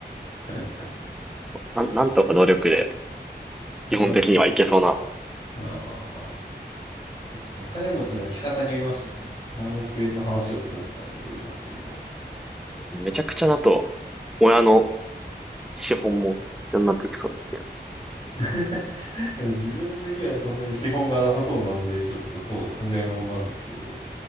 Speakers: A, on the left (about 30°); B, in the centre.
A: <laughs>
B: なん、なんとか努力で
A: うん
B: 基本的にはいけそうな、
A: まあまあまあ。そうですね。お金持ちの置き方によりますよね。何億円の話をするのかにもよりますけど。
B: めちゃくちゃだと、親の資本も必要になってきそうですけど、
A: <laughs> でも自分の家はそんなに資本がなさそうなんで、ちょっとそう考えもんなんですけど。